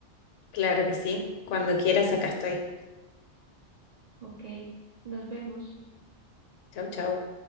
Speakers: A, on the left; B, on the right.
A: Claro que sí. Cuando quieras, acá estoy.
B: Ok, nos vemos.
A: Chau, chau.